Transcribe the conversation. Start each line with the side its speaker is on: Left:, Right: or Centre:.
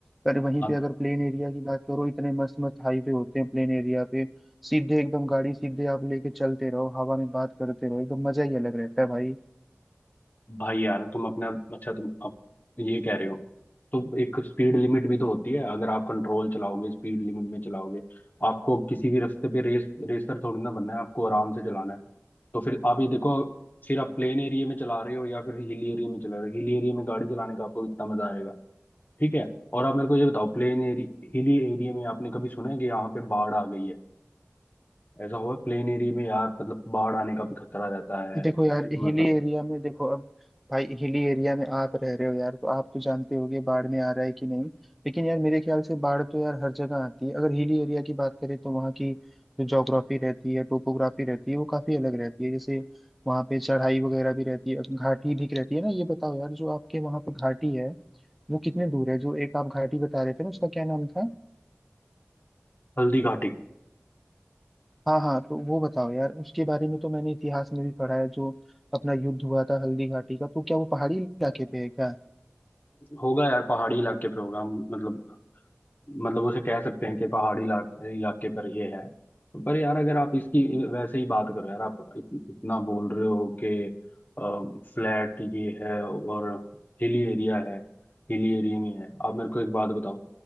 Centre: पर वहीं
Left: आप
Centre: पे अगर प्लेन एरिया की बात करो इतने मस्त मस्त हाईवे होते हैं प्लेन एरिया पे सीधे एकदम गाड़ी सीधे आप लेके चलते रहो हवा में बात करते रहो एकदम मजा ही अलग रहता है भाई
Left: भाई यार तुम अपना अच्छा तुम अब ये कह रहे हो तो एक स्पीड लिमिट भी तो होती है अगर आप कंट्रोल चलाओगे स्पीड लिमिट में चलाओगे आपको किसी भी रास्ते पे रेस रेसर थोड़ी ना बनना है आपको आराम से चलाना है तो फिर आप ये देखो फिर आप प्लेन एरिया में चला रहे हो या फिर हिल एरिया में चला रहे हो हिल एरिया में गाड़ी चलाने का आपको इतना मजा आएगा ठीक है और आप मेरे को ये बताओ प्लेन एरिया हिली एरिया में आपने कभी सुना है कि यहाँ पे बाढ़ आ गई है ऐसा हुआ है? प्लेन एरिया में यार मतलब बाढ़ आने का भी खतरा रहता है
Centre: देखो यार हिली
Left: मतलब
Centre: एरिया में देखो अब भाई हिली एरिया में आप रह रहे हो यार तो आप तो जानते होगे बाढ़ में आ रहा है कि नहीं लेकिन यार मेरे ख्याल से बाढ़ तो यार हर जगह आती है अगर हिली एरिया की बात करें तो वहाँ की जो जोग्राफी रहती है टोपोग्राफी रहती है वो काफी अलग रहती है जैसे वहाँ पे चढ़ाई वगैरह भी रहती है घाटी भी रहती है ना ये बताओ यार जो आपके वहाँ पे घाटी है वो कितने दूर है जो एक आप घाटी बता रहे थे ना उसका क्या नाम था
Left: हल्दी घाटी
Centre: हाँ हाँ तो वो बताओ यार उसके बारे में तो मैंने इतिहास में भी पढ़ा है जो अपना युद्ध हुआ था हल्दी घाटी का तो क्या वो पहाड़ी इलाके पे है क्या
Left: होगा यार पहाड़ी इलाके पे होगा हम- मतलब मतलब उसे कह सकते हैं कि पहाड़ी इलाके इलाके पर ये है पर यार अगर आप इसकी वैसे ही बात करो यार आप इत, इतना बोल रहे हो कि फ्लैट ये है और हिली एरिया है हिली एरिया में है आप मेरे को एक बात बताओ